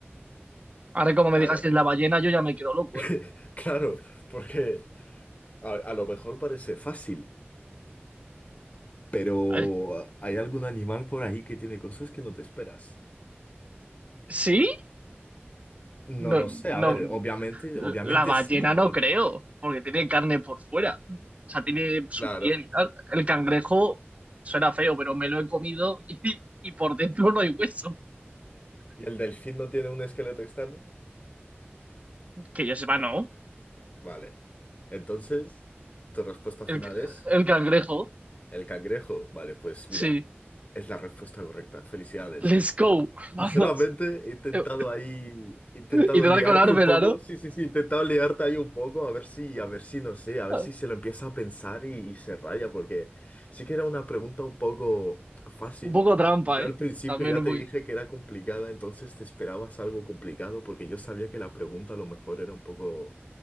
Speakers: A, on the right; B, on the left.
A: Ahora, como
B: Claro,
A: me digas que es la ballena, yo ya me quedo loco,
B: <laughs>
A: ¿eh?
B: claro, porque a, a lo mejor parece fácil, pero
A: A ver,
B: hay algún animal por ahí que tiene cosas que no te esperas.
A: ¿Sí?
B: No
A: No,
B: lo sé,
A: no.
B: a ver, obviamente, obviamente
A: La ballena
B: sí.
A: no creo, porque tiene carne por fuera. O sea, tiene su
B: Claro.
A: piel y tal. El cangrejo suena feo, pero me lo he comido y, y por dentro no hay hueso.
B: ¿Y el delfín no tiene un esqueleto externo?
A: Que yo sepa, no.
B: Vale. Entonces, tu respuesta final
A: El, ca-
B: es
A: el cangrejo,
B: el cangrejo. Vale, pues
A: sí.
B: mira, es la respuesta correcta. Felicidades.
A: Let's go, vamos.
B: Sinceramente, he intentado
A: Eh,
B: ahí, he intentado
A: y tratar
B: liarte
A: con colármela,
B: un poco. Sí, sí, sí, he intentado liarte ahí un poco, a ver si, a ver si, no sé, a ver
A: ¿no?
B: si se lo empieza a pensar y, y se raya, porque sí que era una pregunta un poco fácil.
A: Un poco trampa,
B: Y yo
A: ¿eh?
B: al principio
A: También
B: ya
A: un
B: te
A: poquito.
B: dije que era complicada, entonces te esperabas algo complicado, porque yo sabía que la pregunta a lo mejor era un poco,